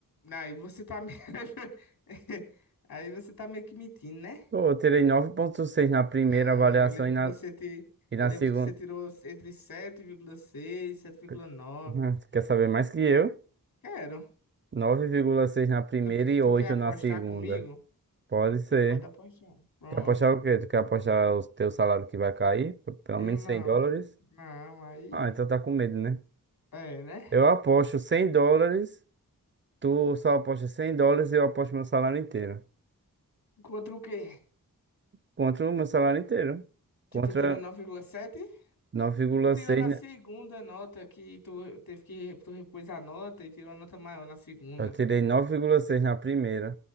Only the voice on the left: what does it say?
Aí você tá me... <laughs> Aí você tá meio que mentindo, né?
Não,
eu lembro
que você te...
Eu lembro
que você tirou entre 7,6 e 7,9.
Quero.
Tu, que-
tu
quer apostar
comigo?
A gente pode apostar. Pronto.
Não,
não, aí...
É, né?
Contra o quê?
Que tu tirou nove vírgula sete?
Tu tirou na
segunda nota que tu teve que tu repôs a nota e tirou a nota maior na segunda.